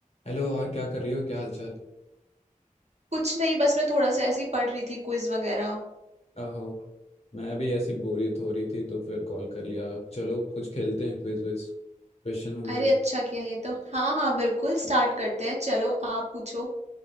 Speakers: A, on the left; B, on the right.
A: Hello और क्या कर रही हो क्या हाल चाल
B: कुछ नहीं बस मैं थोड़ा सा ऐसे ही पढ़ रही थी क्विज वगैरह
A: आहो मैं भी ऐसी बोरियत हो रही थी तो फिर कॉल कर लिया चलो कुछ खेलते हैं क्विज विज क्वेश्चन हो जाए
B: अरे अच्छा किया ये तो हाँ हाँ बिल्कुल स्टार्ट करते हैं चलो आप पूछो